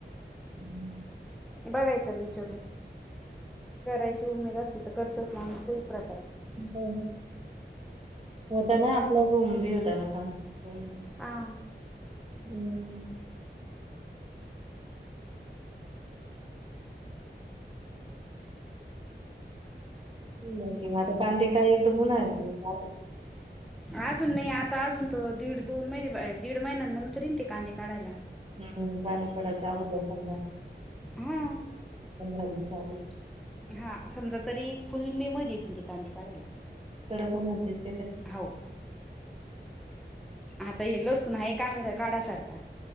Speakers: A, on the right (about 30°); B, in the centre.
A: हम्म.
B: बघायच ना विचारून करायची उमेद असली, तर करतच माणूस काही प्रकारे.
A: हो, होता ना आपल कडुन होता ना काम म्हणून
B: हां.
A: हम्म. नाही की म आता कांदे काय एकदम उन्हाळ्यात येईल काढायला.
B: अजून नाही. आता अजून त दीड दोन महिने दीड महिन्या नंतर येईन ते कांदे काढायला.
A: हम्म पाणी पडायच्या अगोदर समजा
B: हा
A: पंधरा दिवस आगोदर.
B: हा समजा तरी, फुल मे मध्ये येतीन ते कांदे काढायला.
A: कडक उन्हाचेच.
B: हो, आता हे लोसून आहे का काढायसारखा.